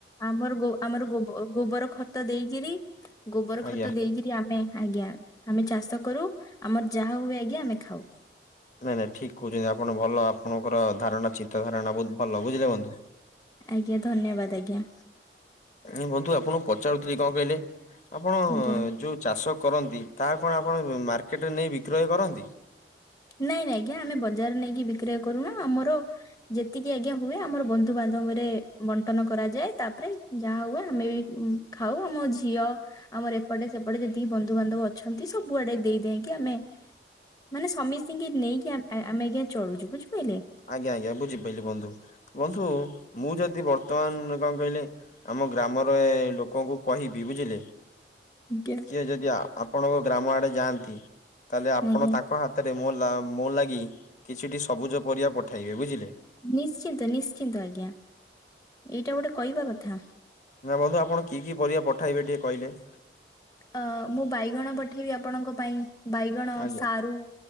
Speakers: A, on the left; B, on the left.
A: ଆମରୋ ଆମର ଗୋବ ଗୋବର ଖତ ଦେଇକିରି ଗୋବର
B: ଆଜ୍ଞା
A: ଖତ ଦେଇକିରି ଆମେ ଆଜ୍ଞା। ଆମେ ଚାଷ କରୁ। ଆମର ଯାହା ହୁଏ ଆଜ୍ଞା ଆମେ ଖାଉ।
B: ନାଇଁ ନାଇଁ ଠିକ୍ କହୁଛନ୍ତି। ଆପଣ ଭଲ ଆପଣଙ୍କର ଧାରଣା ଚିନ୍ତା ଧାରଣା ବହୁତ ଭଲ ବୁଝିଲେ ବନ୍ଧୁ।
A: ଆଜ୍ଞା ଧନ୍ୟବାଦ ଆଜ୍ଞା।
B: <unintelligible> ବନ୍ଧୁ ଆପଣଙ୍କୁ ପଚାରୁଥିଲି କଣ କହିଲେ ଆପଣ
A: ଆଜ୍ଞା।
B: ଯୋଉ ଚାଷ କରନ୍ତି ତାହା କଣ ଆପଣ ମାର୍କେଟରେ ନେଇ ବିକ୍ରୟ କରନ୍ତି।
A: ନାଇଁ ନାଇଁ ଆଜ୍ଞା ଆମେ ବଜାର ନେଇକି ବିକ୍ରୟ କରୁନୁ। ଆମର ଯେତିକି ଆଜ୍ଞା ହୁଏ ଆମର ବନ୍ଧୁବାନ୍ଧବରେ ବଣ୍ଟନ କରାଯାଏ। ତାପରେ ଯାହା ହୁଏ ଆମେ ବି ଖାଉ ଆମ ଝିଅ ଆମର ଏପଟେ ସେପଟେ ଯେ ବନ୍ଧୁବାନ୍ଧବ ଅଛନ୍ତି ସବୁଆଡେ ଦେଇଦେଇଁକି ଆମେ ମାନେ ସମୀ ଙ୍ଗେ ନେଇକି ଆ ଆମେ ଆଜ୍ଞା ଚଳୁଛୁ ବୁଝିପାରିଲେ।
B: ଆଜ୍ଞା ଆଜ୍ଞା ବୁଝିପାରିଲି ବନ୍ଧୁ। ବନ୍ଧୁ ମୁଁ ଯଦି ବର୍ତ୍ତମାନ କଣ କହିଲେ ଆମ ଗ୍ରାମରେ ଏ ଲୋକଙ୍କୁ କହିବି ବୁଝିଲେ।
A: ଆଜ୍ଞା
B: କିଏ ଯଦି ଆପଣଙ୍କ ଗ୍ରାମ ଆଡେ ଯାଆନ୍ତି। ତାହେଲେ ଆପଣ
A: ଆଜ୍ଞା
B: ତାଙ୍କ ହାତ ରେ ମୋ ଲାଗି କିଛିଟି ସବୁଜ ପରିବା ପଠାଇବେ ବୁଝିଲେ।
A: ନିଶ୍ଚିନ୍ତ ନିଶ୍ଚିନ୍ତ ଆଜ୍ଞା। ଏଇଟା ଗୋଟେ କହିବା କଥା।
B: ନା ବନ୍ଧୁ ଆପଣ କି କି ପରିବା ପଠାଇବେ ଟିକେ କହିଲେ?
A: ଅ ମୁଁ ବାଇଗଣ ପଠେଇବି ଆପଣଙ୍କ ପାଇଁ। ବାଇଗଣ
B: ଆଜ୍ଞା
A: ସାରୁ